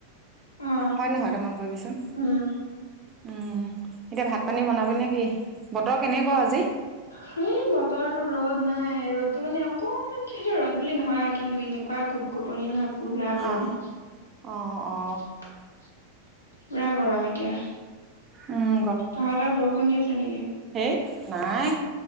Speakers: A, on the left; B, on the right.
A: অ
B: হয় নহয় তই মন কৰিবিচোন।
A: উম
B: উম এতিয়া ভাত পানী বনাবি নে কি? বতৰ কেনেকুৱা আজি।
A: হি বতৰটো ৰ'দ নাই ৰ'দতটো মানে অকমান কি সটো ৰ'দ বুলি নহয় আৰু কিন্তু এনে। কোৱা গোপ গোপনি নহয় পুৰা গৰম।
B: আহ অ অ
A: পুৰা গৰম এতিয়া
B: উম
A: তহতৰ বৰষুণ দি আছে নেকি।
B: সেইত নাই।